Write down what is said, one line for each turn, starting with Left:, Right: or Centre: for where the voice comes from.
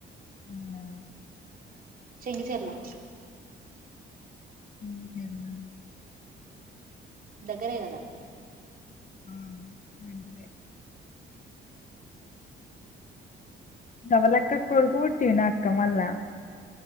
Left: ఉందా
Right: చెంగి చెర్లా
Left: ఊర్ కెల్నా
Right: దగ్గరే కదా
Left: హుమ్ అంతే నవలక్కకు కొడుకు పుట్టినాడు అక్క మాల్ల